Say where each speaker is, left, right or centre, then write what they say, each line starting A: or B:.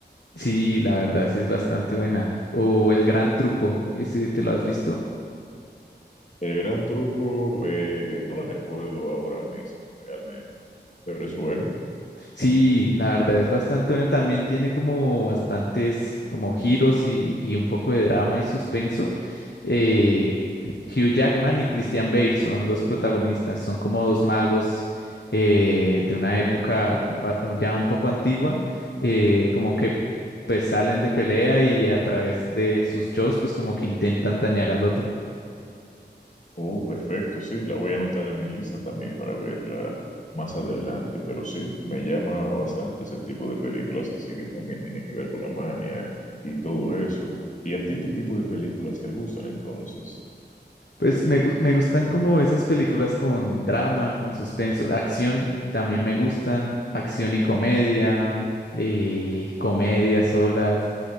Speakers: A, on the left; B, on the left.
A: Sí, la verdad sí es bastante buena. O El Gran Truco, ¿ese te lo has visto?
B: El gran truco, eh, no la recuerdo ahora mismo, realmente, pero es buena.
A: Sí, la verdad es bastante buena. También tiene como bastantes como giros y, y un poco de drama y suspenso. Eh, Hugh Jackman y Christian Bale son los protagonistas. Son como dos magos eh, de una época ba- ya un poco antigua, eh, como que pues salen de pelea y a través de sus shows pues como que intentan dañar al otro.
B: Oh, perfecto, sí, la voy a anotar en mi lista también para verla más adelante, pero sí, me llama bastante ese tipo de películas, así que también tiene que ver con la magia y todo eso. ¿Y a ti qué tipo de películas te gustan entonces?
A: Pues me, gus- me gustan como esas películas con drama, con suspenso, acción, también me gustan, acción y comedia, eh, comedia solas,